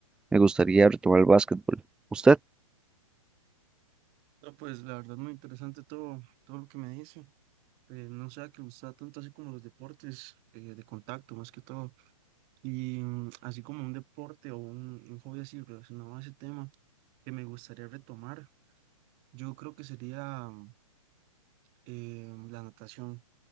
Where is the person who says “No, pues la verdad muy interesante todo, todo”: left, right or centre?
Right